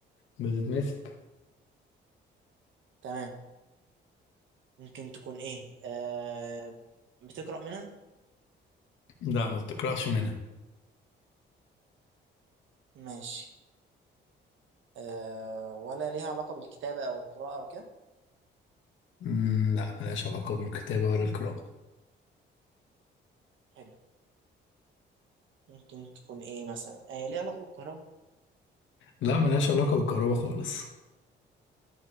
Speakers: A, on the left; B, on the right.
A: بتتمسك
B: تمام ممكن تكون ايه آه بتقرأ منها
A: لا ما بتقرأش منها
B: ماشي آه ولا ليها علاقة بالكتابة او القراءة او كده
A: مم، لا ملهاش علاقة بالكتابة ولا القراءة
B: حلو ممكن تكون ايه مثلا آه ليها علاقة بالكهرباء
A: لا ملهاش علاقة بالكهرباء خالص